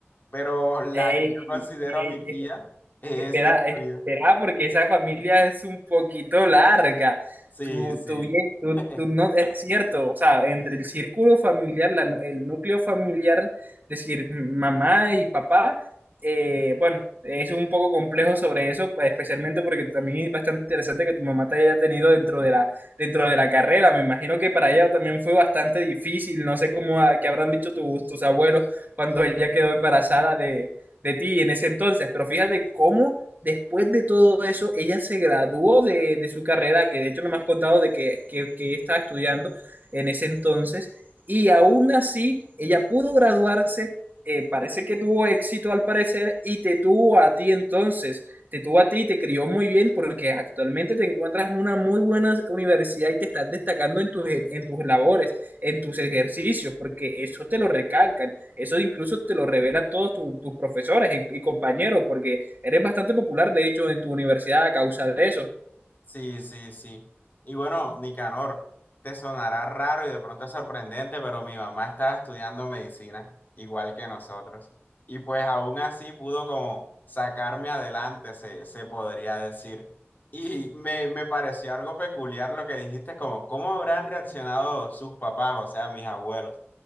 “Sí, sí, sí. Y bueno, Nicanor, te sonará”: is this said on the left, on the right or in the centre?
Left